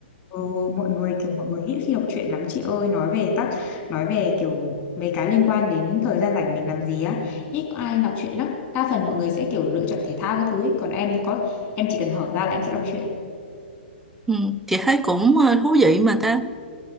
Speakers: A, on the left; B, in the centre.
A: Ừ, mọi người kiểu mọi người ít khi đọc truyện lắm chị ơi nói về tắc nói về kiểu mấy cái liên quan đến thời gian rảnh mình làm gì á ít có ai đọc truyện lắm đa phần mọi người sẽ kiểu lựa chọn thể thao các thứ ấy. còn em có em chỉ cần hở ra là em sẽ đọc truyện
B: ừ. chị thấy cũng ờ, thú vị mà ta